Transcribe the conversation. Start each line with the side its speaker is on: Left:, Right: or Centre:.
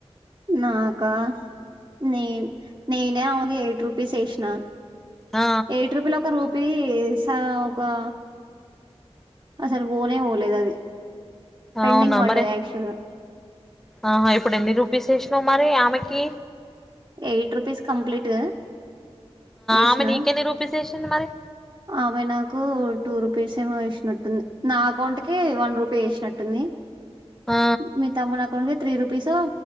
Right: నాకా నేన్ నీనేవు ఎయిట్ రుపీస్ వేసిన
Centre: ఆ
Right: ఎయిట్ రూపీ లో ఒక రూప్ పీ వేసనుగా అసలు పోనే పోలేదు అది. పెండింగ్
Centre: అవునా
Right: పడ్డది
Centre: మరే
Right: యాక్చువల్ గా
Centre: ఆహా ఇప్పుడు ఎన్నిరు పీస్ వేషినవ్ మరి ఆమెకి
Right: ఎయిట్ రుపీస్ కంప్లీట్. ఎషిన
Centre: ఆమె నీకెన్ని రూపీస్ వేసింది మరి
Right: ఆమె నాకు టూ రూప్ రూప్పేస్ ఏమో వేసినట్టుంది. నా అకౌంట్ కి వన్ రూపీ వేసినట్టుంది.
Centre: ఆ
Right: మీ తమ్మునాకౌంట్ త్రీ రూపీస్